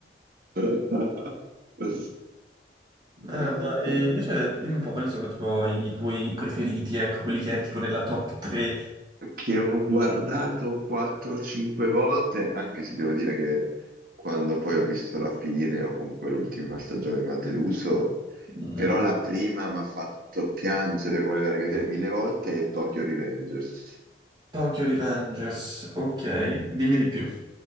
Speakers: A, on the right; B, on the right.
A: <laughs> No,
B: Eh, ma
A: vabbè.
B: e invece dimmi un po' quali sono tipo, i tuoi preferiti, ecco, quelli che hai tipo nella top 3.
A: Che ho guardato 4-5 volte, anche se devo dire che quando poi ho visto la fine o comunque l'ultima stagione mi ha deluso,
B: Mm,
A: però la prima mi ha fatto piangere, volerla rivedere mille volte, è Tokyo Revengers.
B: Tokyo Revengers, ok, dimmi di più.